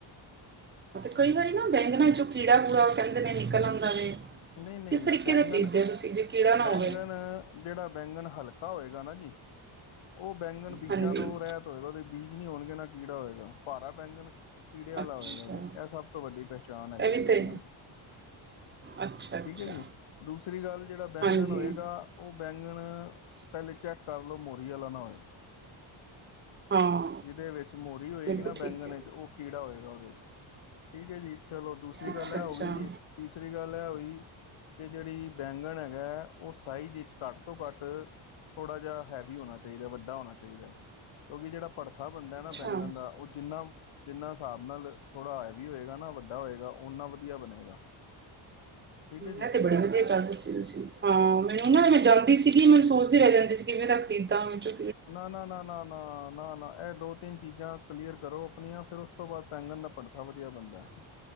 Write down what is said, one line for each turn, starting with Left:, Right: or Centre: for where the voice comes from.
Right: ਕਈ ਵਾਰੀ ਨਾ ਬੈਂਗਣਾ ਚੋਂ ਕੀੜਾ-ਕੂੜਾ ਓ‌ ਕੈਂਦੇ ਨੇ ਨਿਕਲ ਆਂਦਾ ਵੇ।
Left: ਓ ਨਈ-ਨਈ
Right: ਕਿਸ ਤਰੀਕੇ
Left: ਬੈਂਗਣ
Right: ਦੇ ਖਰੀਦਦੇ ਹੋ ਤੁਸੀਂ ਜੇ ਕੀੜਾ ਨਾ
Left: ਬੈਂਗਣ
Right: ਹੋਵੇ
Left: ਜੇੜਾ ਬੈਂਗਣ ਹਲਕਾ ਹੋਏਗਾ ਨਾ ਜੀ ਓ ਬੈਂਗਣ ਬੀਜਾਂ
Right: ਹਾਂਜੀ
Left: ਤੋਂ ਰੈਤ ਹੋਏਗਾ ਓਦੇ ਬੀਜ ਨੀ ਹੋਣਗੇ ਨਾ ਕੀੜਾ ਹੋਏਗਾ ਪਾਰਾ ਬੈਂਗਣ ਕੀੜੇ ਵਾਲਾ
Right: ਅੱਛਾ
Left: ਹੋਵੇਗਾ ਜੀ ਐ ਸਭ ਤੋਂ ਵੱਡੀ ਪਹਿਚਾਣ ਹੈਗੀੀ
Right: ਇਹ
Left: ਏ
Right: ਵੀ
Left: ਬੈਂਗਨ
Right: ਤੇ
Left: ਦੀ।
Right: ਅੱਛਾ ਅੱਛਾ
Left: ਠੀਕ ਐ ਜੀ ਦੂਸਰੀ ਗੱਲ ਜੇੜਾ ਬੈਂਗਨ
Right: ਹਾਂਜੀ
Left: ਹੋਏਗਾ ਉਹ ਬੈਂਗਣ ਪਹਿਲੇ ਚੈੱਕ ਕਰ ਲਓ ਮੋਰੀ ਵਾਲਾ ਨਾ ਹੋਏ।
Right: ਹਾਂ
Left: ਜਿਹਦੇ ਵਿੱਚ ਮੋਰੀ ਹੋਏਗੀ
Right: ਬਿਲਕੁਲ
Left: ਨਾ
Right: ਠੀਕ
Left: ਬੈਂਗਣ
Right: ਹੈ
Left: ਵਿੱਚ ਉਹ ਕੀੜਾ ਹੋਏਗਾ ਉਹਦੇ 'ਚ ਠੀਕ ਹੈ ਜੀ, ਚਲੋ ਦੂਸਰੀ
Right: ਅੱਛਾ
Left: ਗੱਲ ਇਹ
Right: ਅੱਛਾ
Left: ਹੋ ਗਈ ਜੀ, ਤੀਸਰੀ ਗੱਲ ਇਹ ਹੋਈ ਇਹ ਜਿਹੜੀ ਬੈਂਗਣ ਹੈਗਾ ਉਹ ਸਾਈਜ਼ ਵਿੱਚ ਘੱਟ ਤੋਂ ਘੱਟ ਥੋੜਾ ਜਿਹਾ ਹੈਵੀ ਹੋਣਾ ਚਾਹੀਦਾ ਵੱਡਾ ਹੋਣਾ ਚਾਹੀਦਾ ਕਿਉਂਕਿ ਜਿਹੜਾ ਭੜਥਾ ਬਣਦਾ
Right: ਅੱਛਾ
Left: ਨਾ ਬੈਂਗਣ ਦਾ ਉਹ ਜਿੰਨਾ ਜਿੰਨਾ ਹਿਸਾਬ ਨਾਲ ਥੋੜ੍ਹਾ ਹੈਵੀ ਹੋਏਗਾ ਨਾ ਵੱਡਾ ਹੋਏਗਾ ਓਨਾ ਵਧੀਆ ਬਣੇਗਾ। ਠੀਕ ਹੈ ਜੀ
Right: ਐ ਤੇ ਬੜੀ ਵਧੀਆ ਗੱਲ ਦੱਸੀ ਤੁਸੀਂ ਹਾਂ ਮੈਨੂੰ। ਉਹ ਮੈਂ ਜਾਂਦੀ ਸੀਗੀ, ਮੈਨੂੰ ਸੋਚਦੀ ਰਹਿ ਜਾਂਦੀ ਸੀ ਕਿਵੇਂ ਦਾ ਖਰੀਦਾ ਮੈਂ ਚੋਂ
Left: ਨਾ- ਨਾ- ਨਾ -ਨਾ- ਨਾ -ਨਾ- ਨਾ ਇਹ ਦੋ ਤਿੰਨ ਚੀਜ਼ਾਂ ਕਲੀਅਰ ਕਰੋ ਆਪਣੀਆਂ, ਫਿਰ ਉਸ ਤੋਂ ਬਾਅਦ ਬੈਂਗਣ ਦਾ ਭੜਥਾ ਵਧੀਆ ਬਣਦਾ।